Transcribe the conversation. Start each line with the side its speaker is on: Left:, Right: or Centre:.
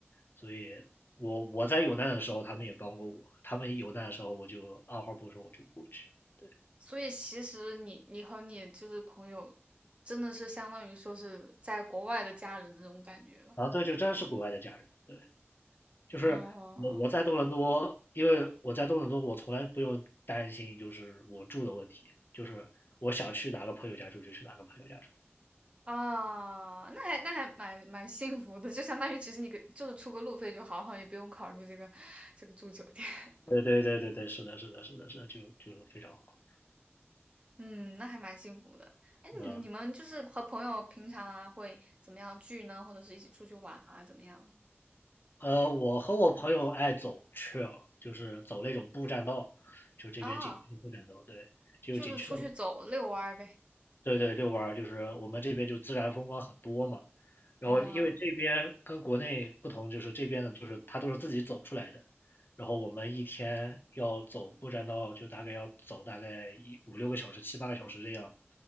Left: 所以我我在有难的时候他们也帮过我，他们有难的时候我就二话不说我就过去，对，
Right: 所以其实你你和你就是朋友，真的是相当于说是在国外的家人的这种感觉吧？
Left: 然后这就真是国外的家人，对，就是我我在多伦多，
Right: 哦，
Left: 因为我在多伦多我从来不用担心就是我住的问题，就是我想去哪个朋友家住就去哪个朋友家住，
Right: 啊，那还那还蛮蛮幸福的，就相当于其实你给就是出个路费就好，好像也不用考虑这个这个住酒店。<laughs>
Left: 对对对对对，是的是的是的是的，就就非常好，
Right: 嗯，那还蛮幸福的。哎，
Left: 嗯。
Right: 你你们就是和朋友平常啊会怎么样聚呢？或者是一起出去玩啊，怎么样的？
Left: 呃，我和我朋友爱走 trail，就是走那种步栈道，就这边景区的步栈道，
Right: 啊，
Left: 对，就景区的，
Right: 就是出去走遛弯儿呗。
Left: 对对，遛弯儿，就是我们这边就自然风光很多嘛。然后因为这边跟国内不同，
Right: 啊。
Left: 就是这边的就是它都是自己走出来的，然后我们一天要走步栈道，就大概要走大概一五六个小时、七八个小时这样。